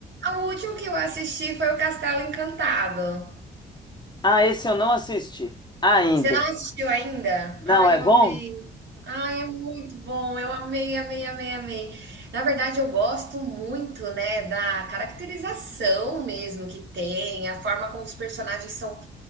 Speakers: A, on the right (about 60°); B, on the left (about 20°).
A: O último que eu assisti foi o Castelo Encantado.
B: Ah, esse eu não assisti. Ainda.
A: Você não assistiu ainda?
B: Não,
A: Ai,
B: é
A: eu
B: bom?
A: amei. Ai, é muito bom. Eu amei, amei, amei, amei. Na verdade, eu gosto muito, né, da caracterização mesmo que tem, a forma como os personagens são